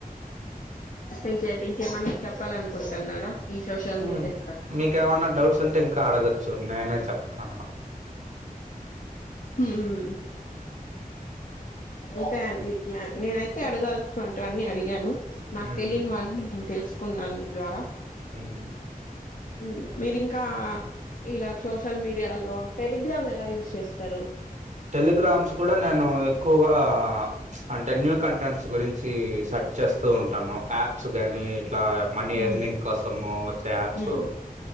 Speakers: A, on the left; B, on the right.
A: ఇంకేంటి ఇంకేమన్న చెప్పాలనుకుంటున్నారా? ఈ సోషల్
B: ఉమ్
A: మీడియా
B: మీకే ఎవన్నా డౌట్స్ ఉంటే ఇంకా ఆడగ్ చు నేనే చెప్తాను.
A: ఉమ్ అంతే అండి న నేనైతే అడగాల్సినవంటివన్నీ అడిగాను. నాకు
B: మ్మ్
A: తెలియనివన్నీ నేను తెలుసుకున్నాను మీ ద్వారా
B: ఉమ్
A: ఉమ్ మీరింకా ఇలాగ్ సోషల్ మీడియాలో టెలిగ్రామ్ ఎలా యూస్ చేస్తారు.
B: టెలిగ్రామ్స్ కూడా నేను ఎక్కువగా చ్ అంటే న్యూ కంటెంట్స్ గురించి స చేస్తూ ఉంటాను. యాప్స్ గాని ఇట్లా మనీ
A: మ్మ్
B: ఎర్నింగ్ కోసము వచ్చే యాప్సు
A: మ్మ్